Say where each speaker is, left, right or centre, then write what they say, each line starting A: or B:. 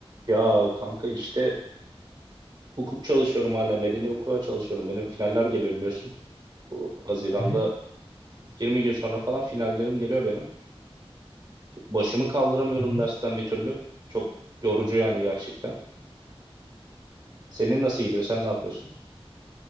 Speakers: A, on the right (about 40°); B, on the left (about 65°).
A: Ya kanka işte hukuk çalışıyorum hala. Medeni hukuka çalışıyorum. Benim finaller geliyor biliyorsun. Bu Haziran'da
B: Hı hı,
A: 20 gün sonra falan finallerim geliyor benim. Başımı kaldıramıyorum
B: hı hı.
A: dersten bir türlü. Çok yorucu yani gerçekten. Senin nasıl gidiyor? Sen ne yapıyorsun?